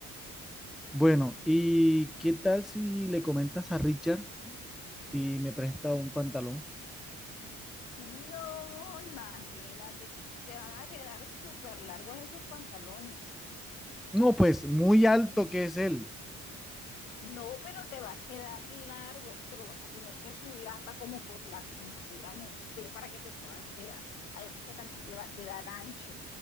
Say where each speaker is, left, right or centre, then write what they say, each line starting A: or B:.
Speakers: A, in the centre; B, on the left.
A: Bueno, ¿y qué tal si le comentas a Richard y me presta un pantalón?
B: No, imagínate, te van a quedar súper largos esos pantalones.
A: No, pues muy alto que es él.
B: No, pero te va a quedar largo, te lo vas a tener que subir hasta como por la cintura, no sé, para que te puedan quedar. Además que también te va a quedar ancho,